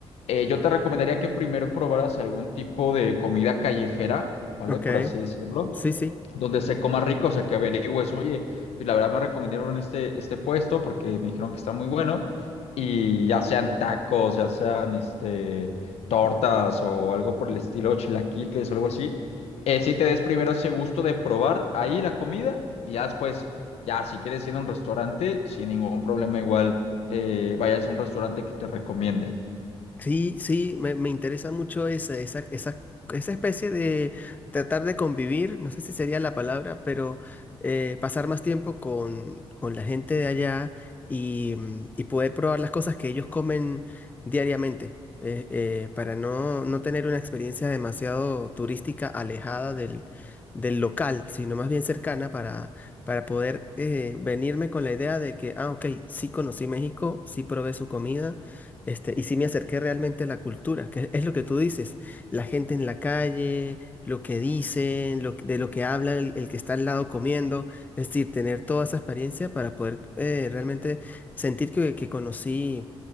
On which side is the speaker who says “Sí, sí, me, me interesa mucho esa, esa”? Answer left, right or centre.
Left